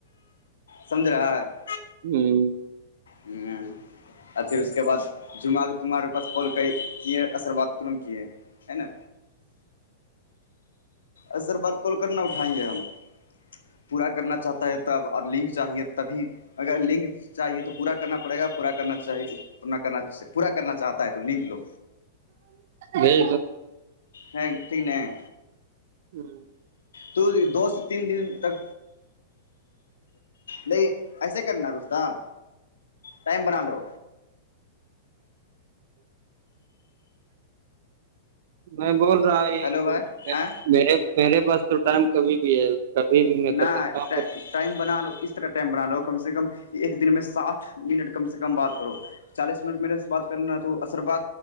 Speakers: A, on the left; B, on the right.
A: سمجھ رہا <inaudible>
B: ہوں
A: ہوں اور پھر اس کے بعد جمعہ تمہارے پاس کال کر کیے اثر بات تورنت کی ہے نا ا سر بات کال کرنا اٹھائیں گے ہم پورا کرنا چاہتا ہے تب اور لنک چاہیے تبھی اگر لنک چاہیے تو پورا کرنا پڑے گا پورا کرنا چاہیےورنا کرنا پورا کرنا چاہتا ہے تو لنک لو
B: بھی
A: ہ ٹھیک نہیں
B: ہوں
A: تو دو سے تین دن تک نہیں ایسے کرنا رستتا ٹائم بنا لو
B: میں بول رہا یہ
A: ہیلو بھائی آ
B: میرے میرے پاس تو ٹائم کبھی بھی ہے کبھی بھی میں
A: نہ
B: کر سکتا ہوں
A: ت
B: پر
A: <inaudible> ٹائم بنا لو اس طرح ٹائم بنا لو کم سے کم ایک دن میں ساٹھ منٹ کم سے کم بات کرو چالیس منٹ میرے سے بات کرنا تو عرباد